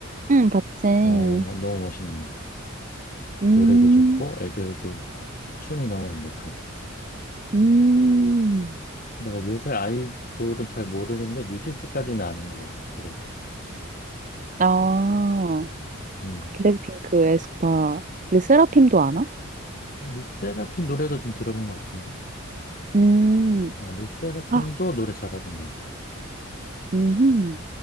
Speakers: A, on the right; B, on the left.
A: 응, 봤지.
B: 어, 너무 멋있는 것 같아.
A: 음,
B: 노래도 좋고 애들도 춤이 너무 완벽하지.
A: 음.
B: 내가 요새 아이돌은 잘 모르는데 뉴진스까지는 아는 것 같아. 그래도.
A: 아,
B: 음.
A: 블랙핑크, 에스파. 우리 세라핌도 아나?
B: 르세라핌 노래도 좀 들어본 것 같은데.
A: 음,
B: 어, 르세라핌도
A: 아,
B: 노래 잘하는 것 같아.
A: 음,